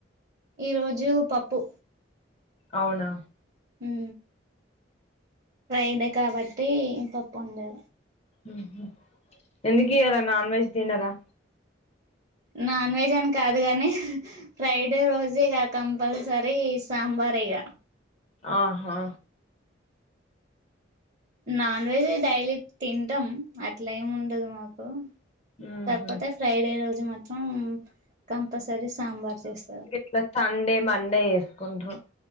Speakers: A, on the right (about 40°); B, on the left (about 35°).
A: ఈ రోజు పప్పు
B: అవునా
A: ఉ ఫ్రైడే కాబట్టి పప్పు వొండా
B: ఉహు ఎందు కి ఇయ్యాల నాన్ వెజ్ తిన్నారా
A: నాన్ వెజ్ అని కాదు గాని ఫ్రైడే రోజు ఇక కంపల్సరీ సాంబార్ ఇగ
B: ఆహా
A: నాన్ వెజ్ డైలీ తింటాం అట్లా ఏమి ఉండదు మాకు
B: ఉహు
A: కాకపోతే ఫ్రైడే రోజు మాత్రం కంపల్సరీ సాంబార్ చేస్తారు
B: ఇలా తన్ డే మండే చేసుకుంటురు